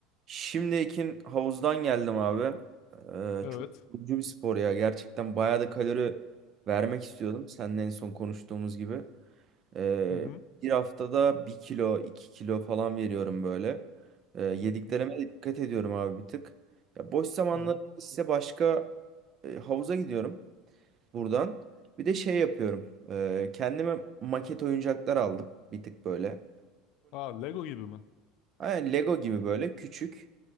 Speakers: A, on the right; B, on the left.
A: Şimdi Ekin havuzdan geldim abi. Ee,
B: Evet.
A: çok yorucu bir spor ya. Gerçekten bayağı da kalori vermek istiyordum. Seninle en son konuştuğumuz gibi. Ee,
B: Hı hı.
A: bir haftada bir kilo, 2 kilo falan veriyorum böyle. Ee, yediklerime
B: Hı hı.
A: de dikkat ediyorum abi bir tık. Ya boş zamanlarımda
B: Hı hı.
A: ise başka e, havuza gidiyorum buradan. Bir de şey yapıyorum. Ee, kendime maket oyuncaklar aldım bir tık böyle.
B: Aa, Lego gibi mi?
A: Aynen Lego gibi böyle küçük.